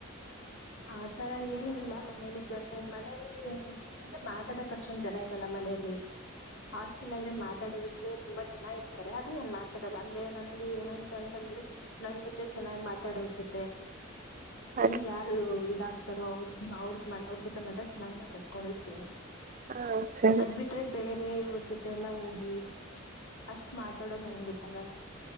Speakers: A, on the left (about 85°); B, on the right (about 40°).
A: ಆ ಆ ತರ ಏನು ಇಲ್ಲ ಮನೇಲಿ ಇದಿದ್ದನ್ನು ಮನೇಲಿ ಅಂದ್ರೆ ಮಾತಾಡಕ್ ಅಷ್ಟೊಂದ ಜನ ಇರಲ್ಲ ಮನೆಯಲ್ಲಿ ಹಾಸ್ಟೆಲ್ ಆದ್ರೆ ಮಾತಾಡೋದಕ್ಕೆ ತುಂಬಾ ಜನ ಇರ್ತಾರೆ ಆದ್ರೆ ನಾನ್ ಮಾತಾಡಲ್ಲ ಅಂದ್ರೆ ನನ್ ಏನುಂತ ಅಂತಂದ್ರೆ ನನ್ ಜೊತೆ ಚೆನ್ನಾಗ್ ಮಾತಾಡೋದ ಜೊತೆ
B: ಹಾಗೆ
A: ನನ್ಗೆ ಯಾರ ಇದಾಗ್ತಾರೋ ಅವ್ರ ಅವ್ರ ಮ ಅವ್ರ ಜೊತೆ ಮ ಚೆನ್ನಾಗ ಮಾತಾಡ್ಕೊಂಡಿರ್ತೇನಿ
B: ಹಾ ಸರಿ
A: ಅದ್ ಬಿಟ್ರೆ ಬೇರೆ ಇ ಜೊತೆ ಎಲ್ಲಾ ಹೋಗಿ ಅಷ್ಟ್ ಮಾತಾಡೋದು ನನ್ ಗೊತ್ತಾಗಲ್ಲ